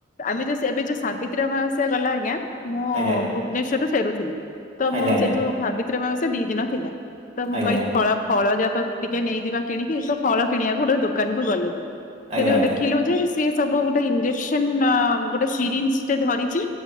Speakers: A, on the left; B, on the right.
A: ଆମେ ଯୋଉ ଏବେ ଯୋଉ ସାବିତ୍ରୀ ଅମାବାସ୍ୟା ଗଲା ଆଜ୍ଞା। ମୁଁ
B: ଆଜ୍ଞା
A: ଭୁବନେଶ୍ଵରରୁ ଫେରୁଥିଲି ତ
B: ଆଜ୍ଞା
A: ମୁଁ
B: ଆଜ୍ଞା
A: ସେଇଠୁ ସାବିତ୍ରୀ ଅମାବାସ୍ୟା ଦି ଦିନ ଥିଲା। ତ ମୁଁ
B: ଆଜ୍ଞା
A: କହିଲି ଫଳ ଫଳ ଯାକ ଟିକେ ନେଇଯିବା କିଣିକି ତ ଫଳ କିଣିବାକୁ ଗୋଟେ ଦୋକାନ କୁ ଗଲୁ। ସେଠି
B: ଆଜ୍ଞା ଆଜ୍ଞା
A: ଦେଖିଲୁ ଯେ ସିଏ ସବୁ ଗୋଟେ ଇଞ୍ଜେକ୍ସନ ଅ ଗୋଟେ ସିରି ଟେ ଧରିଛି